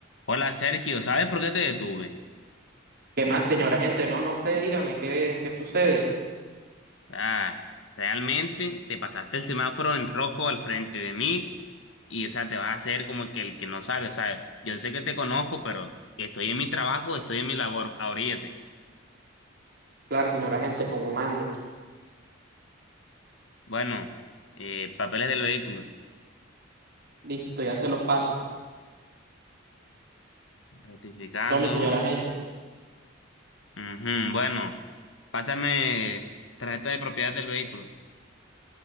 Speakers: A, on the left; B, on the right.
A: Hola Sergio, ¿sabes por qué te detuve?
B: ¿Qué más, señora gente? No, no sé, dígame, ¿qué, qué sucede?
A: Ah, realmente te pasaste el semáforo en rojo al frente de mí y, o sea, te vas a hacer como que el que no sabe, o sea, yo sé que te conozco, pero estoy en mi trabajo, estoy en mi labor, ahoríllate.
B: Claro, señora gente, como mande.
A: Bueno, eh, papeles del vehículo,
B: Listo, ya se los paso.
A: ratificando.
B: Tome, señora gente.
A: Ujú, bueno, pásame tarjeta de propiedad del vehículo.